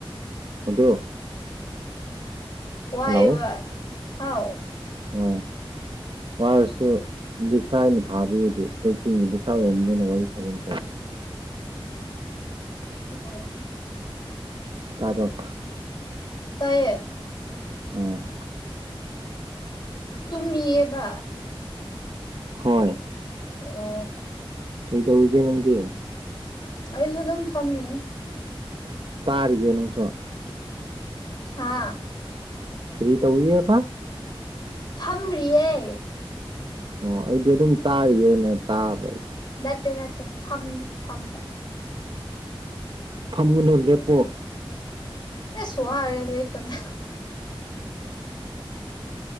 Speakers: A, on the right (about 60°); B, on the left (about 55°).
A: ꯑꯗꯣ꯫
B: ꯋꯥꯌꯦꯕ
A: ꯍꯜꯂꯣ
B: ꯍꯥꯎ꯫
A: ꯍꯣꯏ ꯋꯥꯔꯁꯨ꯫ ꯂꯤꯗꯤꯁꯥꯅ ꯊꯥꯕꯤꯔꯗꯤ ꯕꯦꯂꯦꯛ ꯄꯤꯡꯀꯤ ꯂꯤꯁ ꯑꯣꯏꯔꯝꯅꯤꯅ ꯋꯥꯔꯤ ꯁꯥꯒꯦ ꯇꯧꯕꯅꯤ꯫
B: ꯎꯝ꯫
A: ꯇꯕꯔꯣ꯫
B: ꯇꯌꯦ꯫
A: ꯎꯝ꯫
B: ꯇꯨꯝꯃꯤꯌꯦꯕ꯫
A: ꯍꯣꯏ꯫
B: ꯑꯣ꯫
A: ꯀꯩꯗꯧꯔꯤꯒꯦ ꯅꯪꯗꯤ꯫
B: ꯑꯩꯁꯨ ꯑꯗꯨꯝ ꯐꯝꯃꯤ꯫
A: ꯇꯥꯔꯤꯌꯦ ꯅꯪꯁꯣ꯫
B: ꯍꯥꯥ꯫
A: ꯀꯔꯤ ꯇꯧꯔꯤꯌꯦꯕ꯫
B: ꯊꯝꯔꯤꯌꯦ꯫
A: ꯑꯣ ꯑꯩꯗꯤ ꯑꯗꯨꯝ ꯇꯥꯔꯤꯌꯦꯅ ꯇꯥꯕ ꯑꯩ꯫
B: ꯅꯠꯇꯦ ꯅꯠꯇꯦ ꯐꯝꯃꯤ ꯐꯝꯕ꯫
A: ꯐꯝꯃꯨꯅꯨ ꯂꯦꯞꯄꯣ꯫
B: ꯑꯦꯁ ꯋꯥꯔꯦ ꯂꯦꯞꯄꯗ꯫